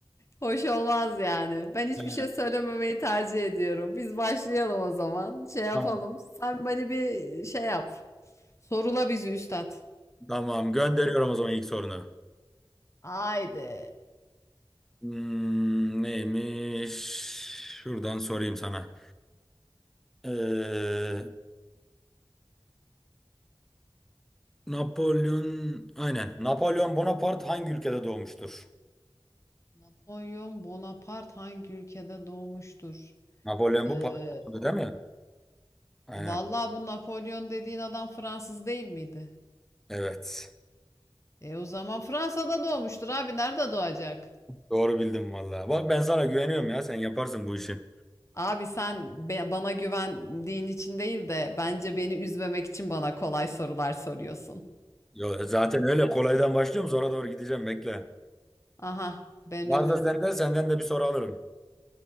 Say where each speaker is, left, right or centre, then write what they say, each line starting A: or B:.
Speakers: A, on the left (about 35°); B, in the centre.
A: Hoş olmaz yani. Ben hiçbir
B: He,
A: şey söylememeyi tercih ediyorum. Biz başlayalım o zaman. Şey yapalım.
B: tamam.
A: Sen beni bir şey yap. Sorula bizi üstad.
B: Tamam. Gönderiyorum o zaman ilk sorunu.
A: Haydi.
B: Hmm, neymiş? Şuradan sorayım sana. Ee, Napolyon, aynen. Napolyon Bonaparte hangi ülkede doğmuştur?
A: Napolyon Bonaparte hangi ülkede doğmuştur?
B: Napolyon
A: Ee,
B: bu Paris'te değil mi? Aynen.
A: vallahi bu Napolyon dediğin adam Fransız değil miydi?
B: Evet.
A: E o zaman Fransa'da doğmuştur abi. Nerede doğacak?
B: Doğru bildim vallahi. Bak ben sana güveniyorum ya. Sen yaparsın bu işi.
A: Abi sen be- bana güvendiğin için değil de bence beni üzmemek için bana kolay sorular soruyorsun.
B: Yo, zaten öyle kolaydan başlıyorum. Sonra doğru gideceğim. Bekle.
A: Aha ben
B: Varsa
A: ölüm.
B: sende, senden de bir soru alırım.